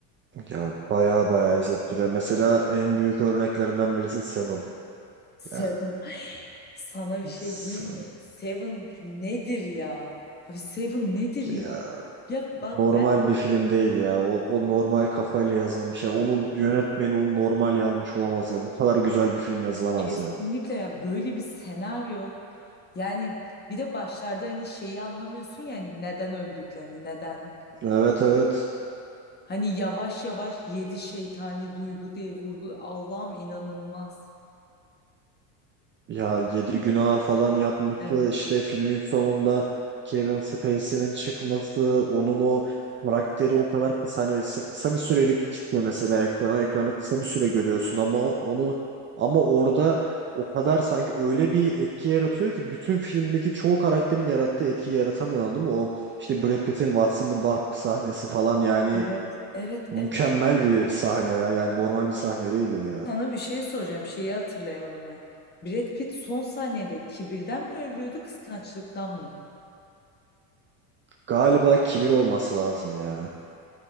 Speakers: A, on the right; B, on the left.
A: Ya baya baya izlettiriyor. Mesela en büyük örneklerinden birisi Seven.
B: Seven
A: Ya
B: sana bir şey
A: Seven
B: diyeyim mi? Seven nedir ya? Abi Seven nedir ya?
A: ya.
B: Ya bak
A: Normal
B: ben
A: bir film değil ya. O, o normal kafayla yazılmış. ya. onun yönetmeni onu normal yazmış olamaz ya. Bu kadar güzel bir film yazılamaz
B: Kesinlikle
A: ya.
B: ya böyle bir senaryo yani bir de başlarda hani şeyi anlamıyorsun yani neden öldüklerini neden
A: Evet evet.
B: hani yavaş yavaş yedi şeytani duygu diye vurgul Allah'ım inanılmaz.
A: Ya yedi günah falan yapması
B: Evet.
A: işte filmin sonunda Kevin Spacey'nin çıkması onun o karakteri o kadar kısa hani s- kısa bir sürelik çıkıyor mesela ekrana ekrana kısa bir süre görüyorsun ama onu ama orada o kadar sanki öyle bir etki yaratıyor ki bütün filmdeki çoğu karakterin yarattığı etki yaratamıyor değil mi? O işte Brad Pitt'in What's in the Box sahnesi falan yani
B: Evet. Evet
A: mükemmel
B: evet
A: bir sahne ya yani normal bir sahne değil o ya.
B: sana bir şey soracağım şeyi hatırlayamadım ben. Brad Pitt son saniyede kibirden mi ölüyordu kıskançlıktan mı?
A: Galiba kibir olması lazım ya